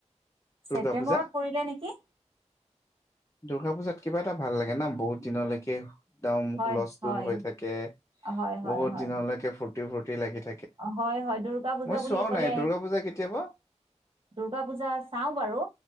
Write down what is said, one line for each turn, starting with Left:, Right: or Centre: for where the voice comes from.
Right: ছেপ্তেম্বৰত
Left: দুৰ্গা পূজা
Right: পৰিলে নেকি?
Left: দুৰ্গা পূজাত কিবা এটা ভাল লাগে ন বহুত দিনলৈকে। একদম
Right: হয়
Left: হুলস্থুল
Right: হয়
Left: হৈ থাকে
Right: হয় হয়
Left: বহুত
Right: হয়
Left: দিনলৈকে ফূৰ্তি ফূৰ্তি লাগি থাকে।
Right: হয় হয় দুৰ্গা পূজা
Left: মই
Right: বুলি
Left: চোৱাও
Right: ক'লে
Left: নাই দুৰ্গা পূজা কেতিয়াবা
Right: দুৰ্গা পূজা চাও বাৰু।